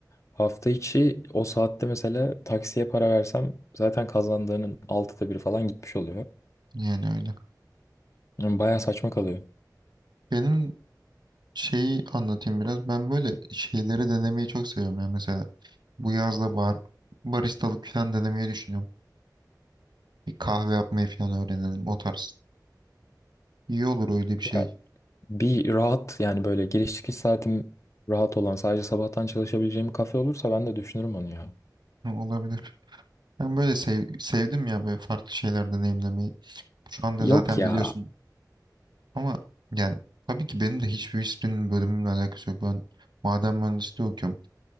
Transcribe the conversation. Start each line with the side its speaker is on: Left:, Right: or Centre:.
Left: Hafta içi o saatte mesela taksiye para versem zaten kazandığının 6'da biri falan gitmiş oluyor.
Right: Yani öyle.
Left: Yani bayağı saçma kalıyor.
Right: Benim şeyi anlatayım biraz. Ben böyle şeyleri denemeyi çok seviyorum ya mesela. Bu yazda bar, baristalık falan denemeyi düşünüyorum. Bir kahve yapmayı falan öğrenelim o tarz. İyi olur öyle bir şey.
Left: Ya bir rahat yani böyle giriş çıkış saatim rahat olan sadece sabahtan çalışabileceğim bir kafe olursa ben de düşünürüm onu ya.
Right: Hı, Olabilir. Ben böyle sev- sevdim ya böyle farklı şeyler deneyimlemeyi. Şu anda
Left: Yok
Right: zaten
Left: ya.
Right: biliyorsun ama yani tabii ki benim de hiçbir hiçbirinin bölümümle alakası yok. Ben maden mühendisliği okuyorum.